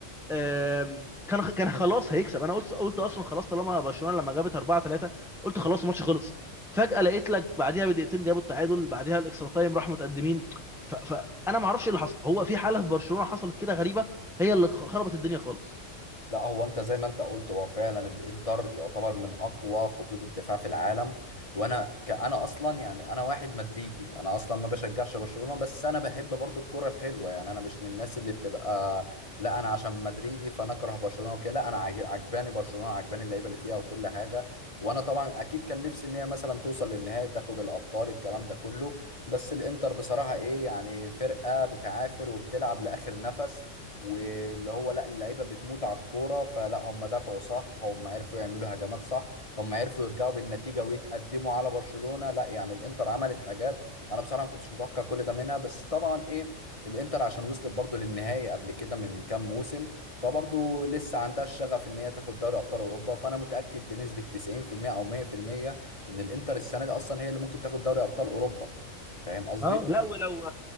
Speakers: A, in the centre; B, on the left.
A: آم، كان كان خلاص هيكسب انا قلت قلت اصلا خلاص طالما برشلونه لما جابت 4 3 قلت خلاص الماتش خلص فجاه لقيت لك بعديها بدقيقتين جابوا التعادل بعديها الاكسترا تايم راحوا متقدمين ف- فانا ما اعرفش ايه اللي حصل هو في حاله في برشلونه حصلت كده غريبه هي اللي خربت الدنيا خالص
B: لا هو انت زي ما انت قلت هو فعلا الانتر يعتبر من اقوى خطوط الدفاع في العالم وانا كأنا اصلا يعني انا واحد مدريدي انا اصلا ما بشجعش برشلونة بس انا بحب برضو الكرة الحلوة يعني انا مش من الناس اللي بتبقى لا انا عشان مدريدي فانا اكره برشلونة وكده لا انا عاج- عجباني برشلونة عجباني اللعيبة اللي فيها وكل حاجة وانا طبعا اكيد كان نفسي ان هي مثلا توصل للنهائي تاخد الابطال الكلام ده كله بس الانتر بصراحة ايه يعني فرقة بتعافر وبتلعب لاخر نفس واللي هو لا اللعيبه بتموت على الكوره فلا هم دفعوا صح هم عرفوا يعملوا هجمات صح هم عرفوا يرجعوا بالنتيجه ويتقدموا على برشلونه لا يعني الانتر عملت حاجات انا بصراحه ما كنتش متوقع كل ده منها بس طبعا ايه الانتر عشان وصلت برضو للنهائي قبل كده من كام موسم فبرضو لسه عندها الشغف ان هي تاخد دوري ابطال اوروبا فانا متاكد بنسبه 90% او 100% ان الانتر السنه دي اصلا هي اللي ممكن تاخد دوري ابطال اوروبا فاهم قصدي
A: اه لا ولو